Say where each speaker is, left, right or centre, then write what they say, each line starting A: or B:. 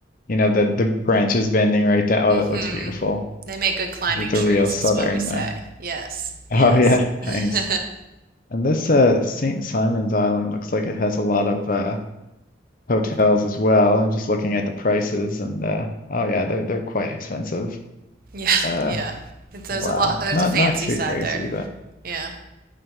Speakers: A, on the left; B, on the right.
A: you know the the branches bending right down. Oh,
B: Mm-hmm.
A: that looks beautiful.
B: They make good climbing
A: This is the
B: trees,
A: real southern
B: is what we say.
A: uh,
B: Yes,
A: <laughs>
B: yes.
A: oh yeah,
B: <laughs>
A: nice. And this uh St. Simon's Island looks like it has a lot of uh hotels as well. I'm just looking at the prices and uh oh yeah, they're they're quite expensive.
B: Yeah,
A: Uh
B: yeah. It's, there's
A: Wow.
B: a lot, there's
A: Not
B: a fancy
A: not too
B: side
A: crazy,
B: there.
A: but
B: Yeah,